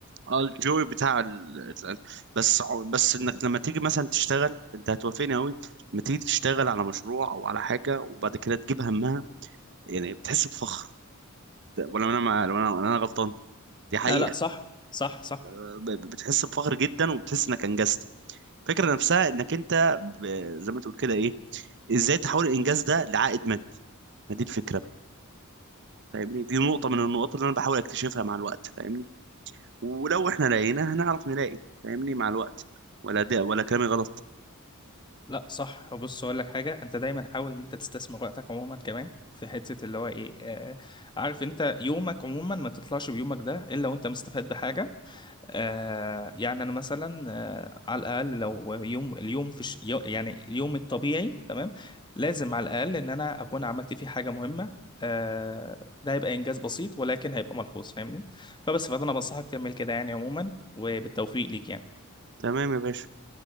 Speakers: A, on the right; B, on the left.
A: اه الجوي بتاع ال... ال- بس ع- بس انك لما تيجي مثلا تشتغل انت هتوافقني قوي لما تيجي تشتغل على مشروع او على حاجة وبعد كده تجيب همها يعني بتحس بفخر ولا انا مع... ولا انا ولا انا غلطان دي حقيقة
B: لا لا صح صح صح
A: ب- ب- بتحس بفخر جدا وبتحس انك انجزت الفكره نفسها انك انت ب- زي ما تقول كده ايه ازاي تحول الانجاز ده لعائد مادي ما دي الفكره بقى فاهمني دي نقطه من النقاط اللي انا بحاول اكتشفها مع الوقت فاهمني ولو احنا لقينا هنعرف نلاقي فاهمني مع الوقت ولا ده ولا كلامي غلط
B: لا صح بص اقول لك حاجه انت دايما حاول ان انت تستثمر وقتك عموما كمان في حته اللي هو ايه آه عارف انت يومك عموما ما تطلعش بيومك ده الا وانت مستفاد بحاجه آه يعني انا مثلا آه على الاقل لو يوم اليوم في ش... يو- يعني اليوم الطبيعي تمام لازم على الاقل ان انا اكون عملت فيه حاجه مهمه آه ده هيبقى انجاز بسيط ولكن هيبقى ملحوظ فاهمني فبس فانا بنصحك تعمل كده يعني عموما وبالتوفيق ليك يعني
A: تمام يا باشا